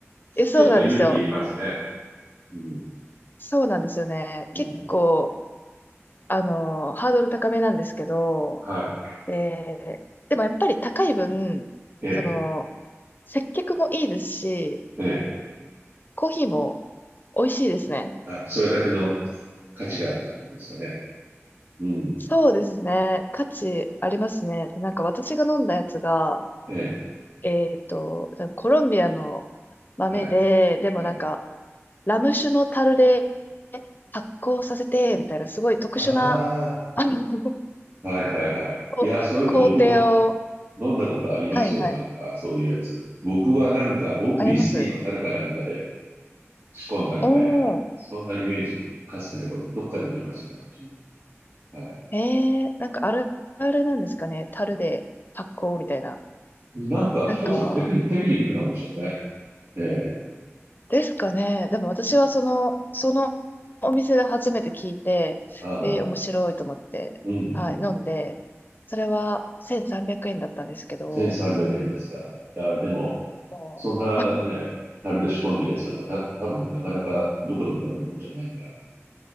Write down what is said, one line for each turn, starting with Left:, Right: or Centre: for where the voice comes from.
Left: え、そうなんですよ。
Right: ちょっと勇気いりますね。うん。
Left: そうなんですよね。
Right: うん。
Left: 結構、あの、ハードル高めなんですけど、
Right: はい。
Left: で、でもやっぱり高い分、
Right: ええ。
Left: その、接客もいいですし、
Right: ええ。
Left: コーヒーも美味しいですね。
Right: あ、それだけの価値があるって感じですかね。うん。
Left: そうですね。価値ありますね。でなんか私が飲んだやつが、
Right: ええ。
Left: えっと、多分コロンビアの豆で、
Right: はい。
Left: でもなんか、
Right: はい。
Left: ラム酒の樽で発酵させて、みたいな、すごい特殊な、
Right: あ
Left: あの、<laughs>
Right: あ、はいはいはい。
Left: こ工程を、
Right: いや、そういうの僕も飲んだことありますよ。
Left: はいはい。
Right: なんか、そういうやつ。僕はなんか、おウイスキーの樽かなんかで
Left: あります
Right: 仕込んだみたいな、
Left: おー、
Right: そんなイメージのかすかに覚えて、どっかで飲みましたね、私も。は
Left: えー、なんかあるあるなんですかね。樽で発酵みたいな。
Right: い。なんか、
Left: なんか、
Right: 一つのテクニ、テクニックなんでしょうね。ええ。
Left: ですかね。でも私はその、
Right: うん
Left: そのお店で初めて聞いて、
Right: ああ、
Left: えー、
Right: うん
Left: 面白いと思って、
Right: うんうん。
Left: はい、飲んで、それは1300円だったんですけど、
Right: 1300円ですか。いや、でも、
Left: もう、
Right: そんなね、樽で仕込んでるやつなんか、た、多分なかなかどこでも飲めるもんじゃないから、